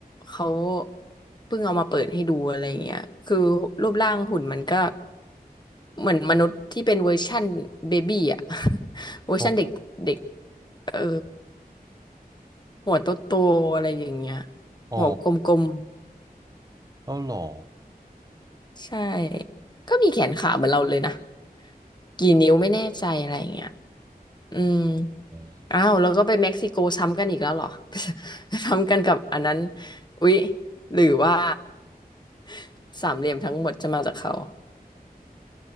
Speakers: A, on the left; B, on the right.
A: เขาเพิ่งเอามาเปิดให้ดูอะไรเงี้ยคือรูปร่างหุ่นมันก็เหมือนมนุษย์ที่เป็นเวอร์ชั่นเบบี้อ่ะ <laughs> เวอร์ชั่นเด็กเด็ก
B: อ๋อ
A: เออหัวโตโตอะไรอย่างเงี้ย
B: อ๋อ
A: หัวกลม
B: เล่าหรอ
A: ๆใช่ก็มีแขนขาเหมือนเราเลยนะกี่นิ้วไม่แน่ใจอะไรเงี้ยอืม
B: อ๋อ
A: อ้าวแล้วก็ไปเม็กซิโกซ้ำกันอีกแล้วเหรอ <laughs> ซ้ำกันกับอันนั้นอุ๊ยหรือว่า <laughs> สามเหลี่ยมทั้งหมดจะมาจากเขา